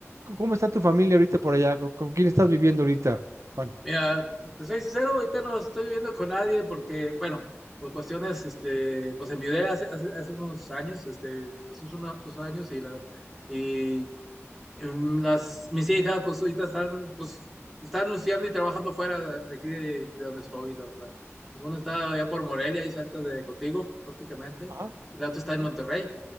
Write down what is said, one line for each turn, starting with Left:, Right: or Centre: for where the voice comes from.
Right: ¿Cómo está tu familia ahorita por allá? ¿Con con quién estás viviendo ahorita, Juan?
Centre: Mira, te soy sincero, ahorita no estoy viviendo con nadie porque, bueno, por cuestiones, este, pues enviudé hace, hace, hace unos años, este, pues hace unos una- dos años y la, y em, las, mis hijas, pues ahorita están, pues, están anunciando y trabajando fuera de de aquí de, de donde estoy, la verdad. Pues una está allá por Morelia, ahí cerca de contigo, prácticamente,
Right: Ajá.
Centre: y la otra está
Right: sí,
Centre: en
Right: sí.
Centre: Monterrey.